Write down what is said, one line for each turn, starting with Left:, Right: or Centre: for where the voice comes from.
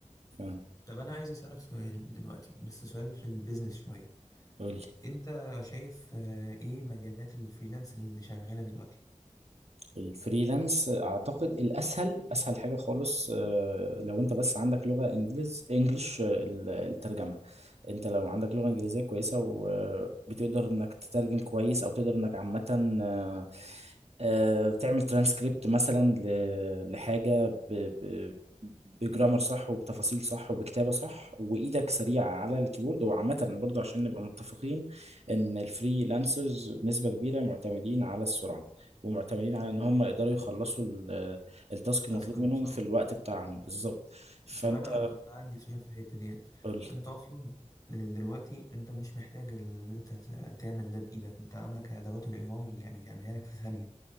Right: فاهم
Left: طب انا عايز اسألك سؤال دلوقتي بس سؤال في البيزنس شوية
Right: قولي
Left: انت شايف آه، ايه مجالات الفريلانس اللي شغاله دلوقتي
Right: الفريلانس اعتقد الاسهل اسهل حاجه خالص آه، لو انت بس عندك لغه انجليز انجليش آه، ال- الترجمه انت لو عندك لغه انجليزيه كويسه وبتقدر انك تترجم كويس او تقدر انك عامه آه، آه، تعمل ترانسكريبت مثلا ل- لحاجه ب- ب- بجرامر صح وبتفاصيل صح وبكتابه صح وايدك سريعه على الكيبورد وعامه برضو عشان نبقى متفقين ان الفريلانسرز نسبه كبيره معتمدين على السرعه ومعتمدين على
Left: ايوه
Right: ان هم
Left: ايوه
Right: يقدروا يخلصوا ال- التاسك المطلوب
Left: تاسك
Right: منهم
Left: بسرعه
Right: في الوقت بتاعهم بالظبط فانت
Left: طب انا انا طب انا عندي سؤال في الحته ديت
Right: قول
Left: انت اصلا دلوقتي انت مش محتاج ان انت ت- تعمل ده بايدك انت عندك ادوات الاي اي يعني تعملها لك في ثانيه